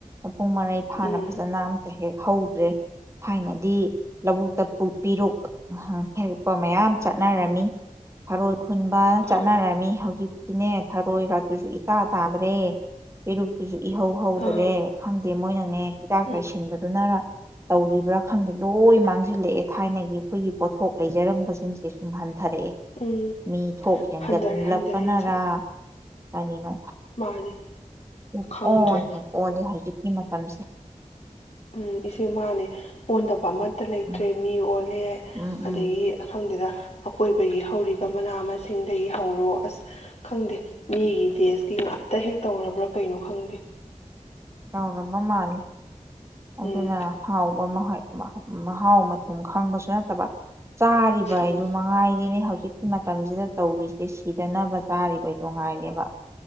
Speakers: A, on the right; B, on the left.
A: ꯄꯨꯡ ꯃꯔꯩ ꯐꯥꯅ
B: ꯎꯝ
A: ꯐꯖꯅ ꯑꯝꯇ ꯍꯦꯛ ꯍꯧꯗ꯭ꯔꯦ ꯊꯥꯏꯅꯗꯤ ꯂꯧꯕꯨꯛꯇ ꯄꯨ ꯄꯤꯔꯨꯛ ꯑꯍ ꯍꯦꯛꯄ ꯃꯌꯥꯝ ꯆꯠꯅꯔꯝꯃꯤ ꯊꯔꯣꯏ ꯈꯨꯟꯕꯥ ꯆꯠꯅꯔꯝꯃꯤ
B: ꯑꯥ
A: ꯍꯧꯖꯤꯛ ꯁꯤꯅꯦ ꯊꯔꯣꯏ ꯀꯥꯁꯤꯁꯨ ꯏꯇꯥ ꯇꯥꯗ꯭ꯔꯦ ꯄꯤꯔꯨꯛꯇꯨꯖꯨ ꯏꯍꯧ ꯍꯧꯗ꯭ꯔꯦ
B: ꯑꯥ
A: ꯈꯪꯗꯦ ꯃꯣꯏꯅꯅꯦ ꯍꯤꯗꯥꯛ
B: ꯎꯝ
A: ꯆꯥꯏꯁꯤꯟꯕꯗꯨꯅꯔ ꯇꯧꯔꯤꯕ꯭ꯔꯥ ꯈꯪꯗꯦ ꯂꯣꯏ ꯃꯥꯡꯖꯤꯜꯂꯛꯑꯦ ꯊꯥꯏꯅꯒꯤ ꯑꯈꯣꯏꯒꯤ ꯄꯣꯠꯊꯣꯛ ꯂꯩꯖꯔꯝꯕꯁꯤꯡꯁꯦ ꯁꯨꯝ ꯍꯟ ꯊꯔꯛꯑꯦ
B: ꯎꯝ
A: ꯃꯤ ꯊꯣꯛ ꯍꯦꯟꯒꯠꯂꯛꯄꯅꯔꯥ
B: ꯍꯟꯊꯔꯦ ꯍꯟꯊꯔꯦ ꯏꯆꯦ
A: ꯀꯔꯤꯅꯣ
B: ꯃꯥꯅꯦ
A: ꯄꯨꯛ
B: ꯈꯪꯗ꯭ꯔꯦ
A: ꯑꯣꯟ ꯍꯦꯛ ꯑꫭꯜꯂꯦ ꯍꯧꯖꯤꯛꯀꯤ ꯃꯇꯝꯁꯦ
B: ꯎꯝ ꯏꯆꯦ ꯃꯥꯅꯦ ꯑꯣꯟꯗꯕ ꯑꯃ ꯑꯠꯇ ꯂꯩꯇ꯭ꯔꯦ
A: ꯎꯝ
B: ꯃꯤ ꯑꯣꯜꯂꯦ
A: ꯎꯝ
B: ꯑꯗꯒꯤ ꯑ ꯈꯪꯗꯦꯗ ꯑꯀꯣꯏꯕꯒꯤ ꯍꯧꯔꯤꯕ ꯃꯅꯥ ꯃꯁꯤꯡꯗꯒꯤ ꯍꯧꯔꯣ ꯑꯁ ꯈꯪꯗꯦ ꯃꯤꯒꯤ ꯗꯦꯁꯀꯤ ꯉꯥꯛꯇ ꯍꯦꯛ ꯇꯧꯔꯕ꯭ꯔꯥ ꯀꯩꯅꯣ ꯈꯪꯗꯦ
A: ꯇꯧꯔꯕ ꯃꯥꯂꯦ
B: ꯎꯝ
A: ꯑꯗꯨꯅ ꯍꯥꯎꯕ ꯃꯈꯣꯏ ꯃꯍ ꯃꯍꯥꯎ ꯃꯊꫭꯡ ꯈꯪꯕꯁꯨ ꯅꯠꯇꯕ ꯆꯥꯔꯤꯕ ꯑꯩꯗꯨ
B: ꯎꯝ
A: ꯃꯉꯥꯏꯔꯤꯦꯅꯦ ꯍꯧꯖꯤꯛ ꯍꯧꯖꯤꯛꯀꯤ ꯃꯇꯝꯖꯤꯗ ꯇꯧꯔꯤꯁꯦ ꯁꯤꯗꯅꯕ ꯆꯥꯔꯤꯕ ꯅꯨꯡꯉꯥꯏꯔꯦꯕ